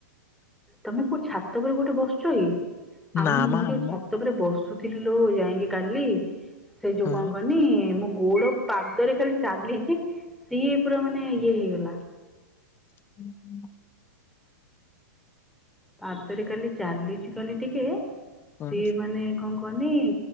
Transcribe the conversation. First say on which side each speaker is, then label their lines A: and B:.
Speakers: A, in the centre; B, on the left.
A: ତମେ କୋଉ ଛାତ ଉପରେ ଗୋଟେ ବସଛ କି। ଆମେ
B: ନା
A: ମୁଁ
B: ମା
A: ଯୋଉ
B: ଆମ
A: ଛାତ ଉପରେ ବସୁ। ଥିଲ ଲୁ ଯାଇକି କାଲି ସେ ଯୋଉ
B: ହଁ
A: କଣ କହନି ମୋ ଗୋଡ। ପାଦରେ ଖାଲି ଚାଲିଛି ସିଏ ପୁରା ମାନେ ଇଏ ହେଇଗଲା।
B: ହୁଁ ହୁଁ।
A: ପାଦରେ ଖାଲି ଚାଲିଚି ଖାଲି ଟିକେ
B: ହଁ
A: ସିଏ ମାନେ କଣ। କହନି